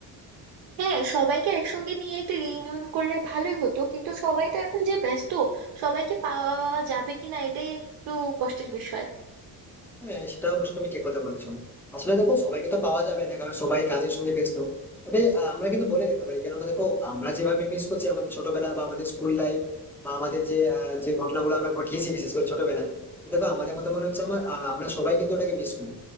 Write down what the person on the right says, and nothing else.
হ্যাঁ সবাইকে একসঙ্গে নিয়ে একটা রিইউনিয়ন করলে ভালোই হতো কিন্তু সবাই তো এখন যে ব্যস্ত সবাইকে পাওয়া যাবে কিনা এটাই একটু কষ্টের বিষয়